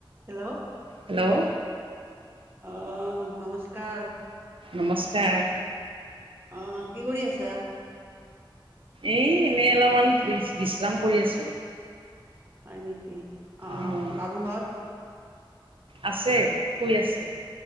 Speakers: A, on the right; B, on the right.
A: Hello
B: hello
A: অ', নমস্কাৰ।
B: নমস্কাৰ।
A: অ', কি কৰি আছা?
B: এই, এনেই অলপমান বিচ, বিশ্ৰাম কৰি আছোঁ।
A: হয় নেকি? অ',
B: অঁ
A: বাবুহঁত?
B: আছে, শুই আছে।